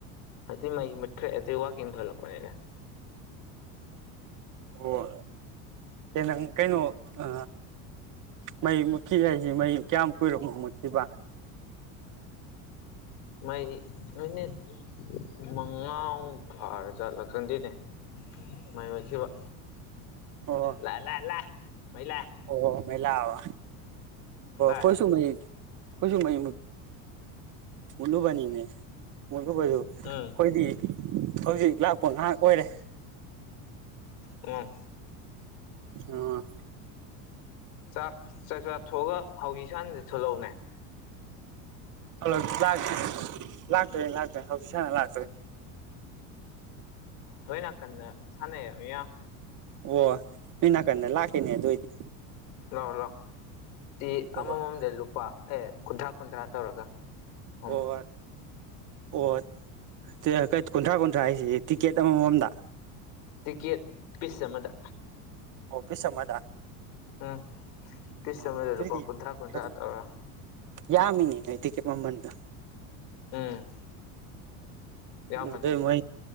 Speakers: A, on the left; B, on the right.
A: ꯑꯗꯨꯗꯤ ꯃꯩ ꯃꯨꯠꯈ꯭ꯔꯦ ꯑꯗꯨꯩ ꯋꯥꯥꯛꯀꯤꯡ ꯊꯜꯂꯛꯄꯅꯦ
B: ꯑꯣ ꯅꯪ ꯀꯩꯅꯣ ꯑ ꯃꯩ ꯃꯨꯠꯈꯤ ꯍꯥꯏꯁꯤ ꯃꯩ ꯀꯌꯥꯝ ꯀꯨꯏꯔꯣꯃꯣ ꯃꯨꯠꯈꯤꯕ
A: ꯃꯩ ꯃꯤꯅꯤꯠ ꯃꯉꯥ ꯐꯥꯔ ꯆꯠꯂꯀꯪꯗꯅꯦ ꯃꯥꯏ ꯑꯣꯏꯈꯤꯕ
B: ꯑꯣ
A: ꯂꯥꯛ ꯂꯥꯛꯑ ꯂꯥꯛ ꯃꯩ ꯂꯥꯛꯑ
B: ꯑꯣ ꯃ ꯂ ꯑꯣ
A: ꯂꯥꯛꯑꯦ
B: ꯀꯣꯏꯁꯨ ꯃꯣꯏ ꯑꯩꯈꯣꯏꯁꯨ ꯃꯩ ꯃꯨꯠꯂꯨꯕꯅꯤꯅꯦ ꯃꯨꯠꯂꯨꯕꯗꯨ ꯑꯩꯈꯣꯏꯗꯤ
A: ꯎꯝ
B: ꯍꯧꯖꯤꯛ ꯂꯥꯛꯄ ꯉꯥꯏꯍꯥꯛ ꯑꯣꯏꯔꯦ
A: ꯑ
B: ꯑ
A: ꯆꯥꯛ ꯆꯥꯛꯆꯥꯥ ꯊꯣꯛꯑꯒ ꯍꯧꯖꯤꯛ ꯁꯅꯗ ꯊꯣꯛꯂꯛꯎꯅꯦ
B: ꯍꯜꯂꯇꯦ ꯂꯥꯛꯇꯣꯏ ꯂꯥꯛꯇꯣꯏ ꯍꯧꯖꯤꯛ ꯁꯥꯟꯅ ꯂꯥꯛꯇꯣꯏ
A: ꯂꯣꯏ ꯅꯥꯀꯟꯅ ꯁꯥꯟꯅꯩ ꯏ
B: ꯑꯣ ꯅꯣꯏ ꯅꯥꯀꯟꯗ ꯂꯥꯛꯀꯅꯦ ꯑꯗꯨ ꯑꯣꯏꯏꯗꯤ
A: ꯂꯥꯛꯑꯣ ꯂꯥꯛꯑꯣ ꯆ
B: ꯍꯣꯏ
A: ꯑꯃꯃꯝꯗ ꯂꯨꯄꯥ ꯑꯦ ꯀꯨꯟꯊ꯭ꯔꯥ ꯀꯨꯟꯊ꯭ꯔꯥ ꯇꯧꯔꯒ ꯑ
B: ꯑꯣ ꯑꯣ ꯀꯨꯟꯊ꯭ꯔꯥ ꯀꯨꯟꯊ꯭ꯔꯥ ꯍꯥꯏꯁꯤꯦ ꯇꯤꯛꯀꯦꯠ ꯑꯃꯃꯝꯗ
A: ꯇꯤꯀꯦꯠ ꯄꯤꯁ ꯑꯃꯗ
B: ꯑꯣꯐꯤꯁ ꯑꯃꯗ
A: ꯎꯝ ꯇꯤꯁ
B: ꯑꯣ
A: ꯆꯃꯗ
B: ꯑꯗꯨꯏꯗꯤ
A: ꯂꯨꯄꯥ ꯀꯨꯟꯊ꯭ꯔꯥ ꯀꯨꯟꯊ꯭ꯔꯥ
B: ꯑꯗꯨ
A: ꯇꯧꯔꯥ
B: ꯌꯥꯝꯃꯤꯅꯦ ꯅꯣꯏ ꯇꯤꯀꯦꯠ ꯃꯃꯟꯗ
A: ꯎꯝ ꯌꯥꯝꯕꯅꯤ
B: ꯑꯗꯨꯗ ꯃ